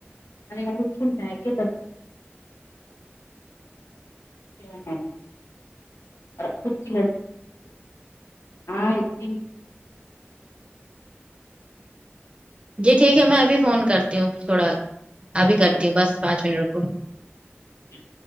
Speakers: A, on the left; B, on the right.
A: ارے آئی <unintelligible> ہے کہ <unintelligible> ہاں <inaudible>
B: جی ٹھیک ہے میں ابھی فون کرتی ہوں تھوڑا
A: پکڑ۔
B: ابھی کرتی ہوں بس پانچ منٹ رکو
A: ٹھیک